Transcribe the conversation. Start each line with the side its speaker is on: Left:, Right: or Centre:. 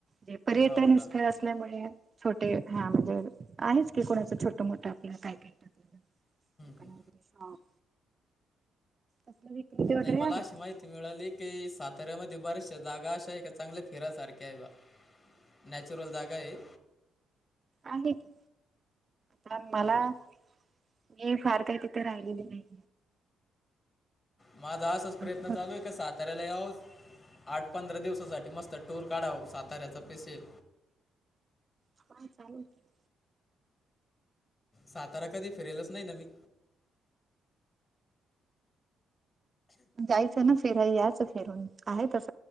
Right: ते पर्यटन
Left: हाव का
Right: स्थळ
Left: हं,
Right: असल्यामुळे, छोटे हां, म्हणजे आहेच की, कोणाचं छोटं -मोठं आपल, काय-काय क <unintelligible> दुकान
Left: हं.
Right: वगैरे, शॉप तसलं विक्रेते वगैरे
Left: ताई, मला
Right: आहेत
Left: अशी माहि
Right: तिथे
Left: ती, मिळाली की, साताऱ्यामध्ये, बऱ्याचशा जागा अशा य का, चांगल्या फिरासारख्या य बा. नॅचरल जागा ये.
Right: आहे की, पण मला
Left: हां
Right: मी फार काय तिथ राहिलेली नही.
Left: माझा आसाच
Right: माझं
Left: प्रयत्न
Right: बघ
Left: चालू ये का, साथ साताऱ्याला याव, आठ पंधरा दिवसासाठी, मस्त टूर काढाव, साताऱ्याचा पिसेल
Right: फोन चालू ये कीं.
Left: सातारा कधी, फिरेलच नही ना, मी.
Right: जायचं ना, फिराय यायचं फिरून, आहे तच.